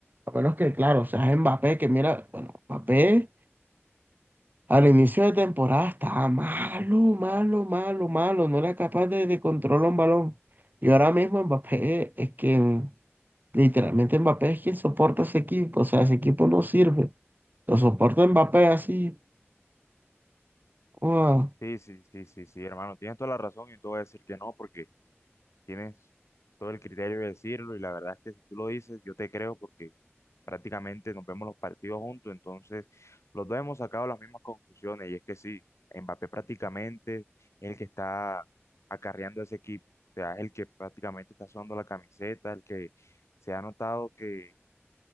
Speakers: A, on the right; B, on the left.
A: A menos que, claro, seas Mbappé, que mira, bueno, Mbappé. Al inicio de temporada estaba malo, malo, malo, malo. No era capaz de, de controlar un balón. Y ahora mismo Mbappé es quien, literalmente Mbappé es quien soporta ese equipo. O sea, ese equipo no sirve. Lo soporta Mbappé así. ¡guau!
B: Sí, sí, sí, sí, sí, hermano. Tienes toda la razón y no te voy a decir que no, porque Tienes todo el criterio de decirlo y la verdad es que si tú lo dices, yo te creo porque prácticamente nos vemos los partidos juntos, entonces los dos hemos sacado las mismas conclusiones y es que sí, Mbappé prácticamente es el que está acarreando a ese equipo, o sea, es el que prácticamente está sudando la camiseta, el que se ha notado que,